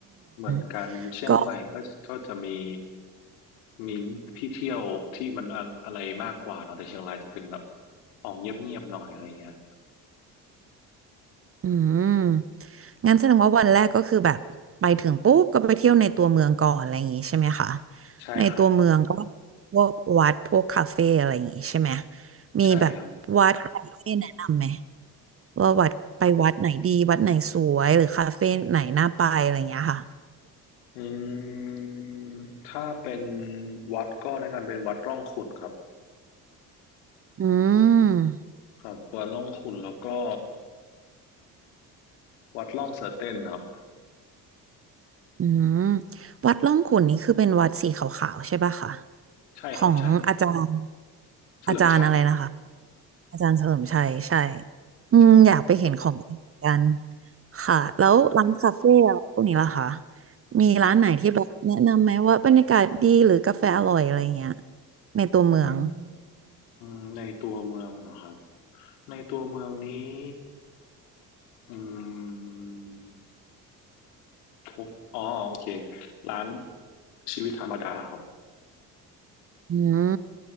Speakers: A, on the left (about 65°); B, on the right (about 30°).
A: เหมือนกันเชียงใหม่ก็ก็จะมี
B: มก็
A: มีที่เที่ยวที่มันอะอะไรมากกว่าเนาะแต่เชียงรายจะเป็นแบบออกเงียบๆหน่อยอะไรเงี้ย
B: อืมงั้นแสดงว่าวันแรกก็คือแบบไปถึงปุ๊บก็ไปเที่ยวในตัวเมืองก่อนอะไรอย่างงี้ใช่ไหมคะ
A: ใช่ครับ
B: ในตัวเมืองก็พวกวัดพวกคาเฟ่อะไรอย่างงี้ใช่ไหมมีแบบวัดคาเฟ่แนะนำไหม
A: ใช่ครับ
B: ว่าวัดไปวัดไหนดีวัดไหนสวยหรือคาเฟ่ไหนน่าไปอะไรอย่างเงี้ยค่ะ
A: อืมถ้าเป็นวัดก็แนะนำเป็นวัดร่องขุ่นครับ
B: อืม
A: ครับวัดร่องขุ่นแล้วก็ วัดล่องเสือเต้นครับ
B: อืมวัดร่องขุ่นนี่คือเป็นวัดสีขาวๆใช่ป่ะคะ
A: ใช่ครับใช่
B: ของอาจารย์
A: เฉลิมชัย
B: อาจารย์อะไรนะคะอาจารย์เฉลิมชัยใช่อืมอยากไปเห็นของจริงกัน
A: ใช่ครับ
B: ค่ะแล้วร้านคาเฟ่อะพวกนี้ล่ะคะมีร้านไหนที่แบบแนะนำไหมว่าบรรยากาศดีหรือกาแฟอร่อยอะไรเงี้ยในตัวเมือง
A: อืมในตัวเมืองเหรอครับในตัวเมืองนี้อืมทุกอ๋อโอเคร้านชีวิตธรรมดาครับ
B: อืม